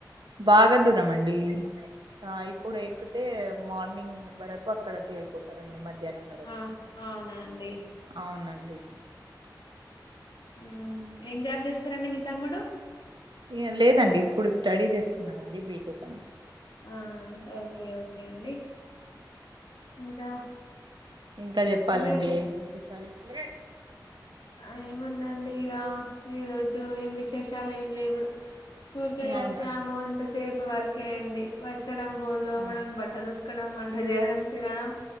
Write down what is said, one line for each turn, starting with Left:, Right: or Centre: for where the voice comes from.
Right: బాగా దూరం అండి ఆ ఇప్పుడు ఎక్కుతే మార్నింగ్ వరకు అక్కడ చేరిపోతారండి మధ్ ధ్యానం వరకు
Left: ఆ అవునా అండి
Right: అవునండి
Left: ఊ ఏం జాబ్ చేస్తారండి మీ తమ్ముడు
Right: ఇగ లేదండి ఇప్పుడు స్టడీ చేస్తున్నాడండి బీటెక్ అని
Left: ఆ ఓకే ఓకే అండి ఇంకా
Right: ఇంకా చెప్పాలండి
Left: మీరే
Right: ఏం విశేషాలు ఒరే
Left: ఆ ఏముందండి ఇగ ఈ రోజు ఏం విశేషాలు ఏం లేవు స్కూల్కెళ్ళోచ్చాము
Right: అవునా
Left: ఇంత సేపు వర్క్ ఏంది వచ్ ఇక్కడం బొల్ దోమడం
Right: అవును
Left: బట్టలుతుక్ ఇక్కడం వంట చేయడం తినడం